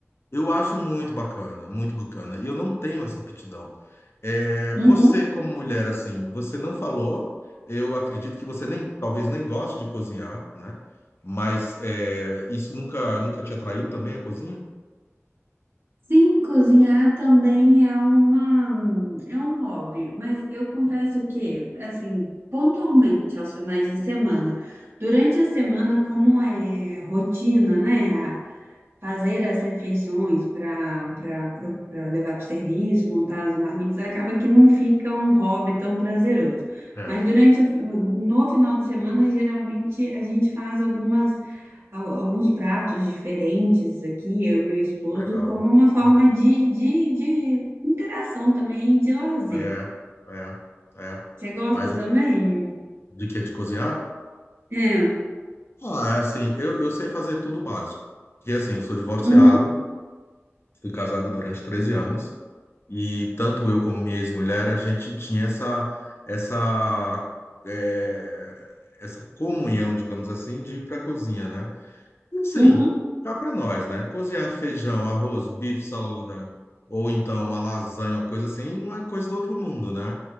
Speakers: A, on the left; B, on the right.
A: Eu acho muito bacana, muito bacana. E eu não tenho essa aptidão. É,
B: Uhum.
A: você, como mulher, assim, você não falou. Eu acredito que você nem, talvez nem goste de cozinhar, né? Mas é, isso nunca, nunca te atraiu também a cozinha?
B: Sim, cozinhar também é uma, é um hobby, mas eu confesso que, assim, pontualmente aos finais de semana, durante a semana, como é rotina, né? fazer as refeições para para levar para o serviço, montar as marmitas, acaba que não fica um hobby tão prazeroso.
A: É,
B: Mas durante o, no final de semana, geralmente a gente faz algumas al- alguns pratos diferentes aqui, eu e meu esposo,
A: que legal,
B: como uma
A: que
B: forma
A: legal.
B: de, de, de interação também, e de lazer.
A: É, é, é.
B: Você gosta
A: Mas
B: também?
A: é, de que de cozinhar?
B: É.
A: Ah, é assim, eu, eu sei fazer tudo básico. Que assim, eu sou divorciado,
B: Uhum,
A: Fui casado durante 13 anos e tanto eu como minha ex-mulher, a gente tinha essa, essa, eh, essa comunhão, digamos assim, de ir para a cozinha, né? E assim,
B: uhum.
A: dá para nós, né? Cozinhar feijão, arroz, bife, salada, ou então uma lasanha, uma coisa assim, não é coisa do outro mundo, né?